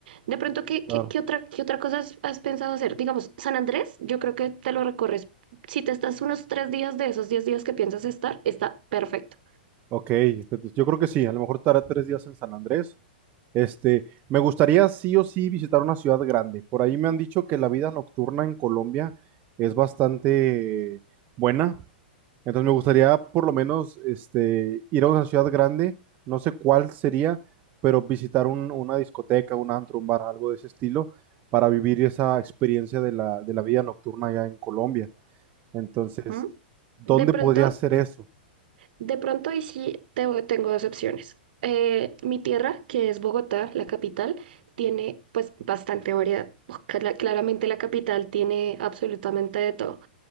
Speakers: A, on the right (about 65°); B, on the right (about 35°).
A: De pronto, ¿qué, qué,
B: ah,
A: qué otra, qué otra cosa has, has pensado hacer? Digamos, San Andrés, yo creo que te lo recorres. Si te estás unos tres días de esos diez días que piensas estar, está perfecto.
B: Ok, entonces, yo creo que sí, a lo mejor estará tres días en San Andrés. Este, me gustaría sí o sí visitar una ciudad grande. Por ahí me han dicho que la vida nocturna en Colombia es bastante buena. Entonces me gustaría por lo menos este, ir a una ciudad grande, no sé cuál sería, pero visitar un- una discoteca, un antro, un bar, algo de ese estilo, para vivir esa experiencia de la, de la vida nocturna allá en Colombia. Entonces,
A: Ujú.
B: ¿dónde
A: De pronto,
B: podría hacer eso?
A: de pronto, y sí, te, voy- tengo dos opciones. Eh, mi tierra, que es Bogotá, la capital, tiene pues bastante variedad. Cla- Claramente la capital tiene absolutamente de todo.